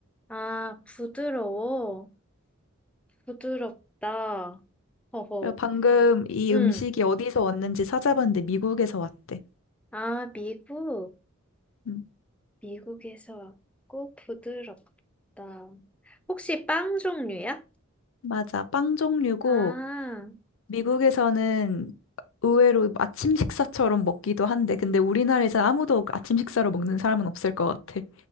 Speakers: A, in the centre; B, on the left (about 65°).
A: 아, 부드러워. 부드럽다. 허허.
B: 그리고 방금 이
A: 응.
B: 음식이 어디서 왔는지 찾아봤는데 미국에서 왔대.
A: 아, 미국.
B: 음,
A: 미국에서 왔고 부드럽다. 혹시 빵 종류야?
B: 맞아. 빵 종류고,
A: 아, <laughs>
B: 미국에서는 의외로 아침 식사처럼 먹기도 한데, 근데 우리나라에서 아무도 아침 식사로 먹는 사람은 없을 것 같아.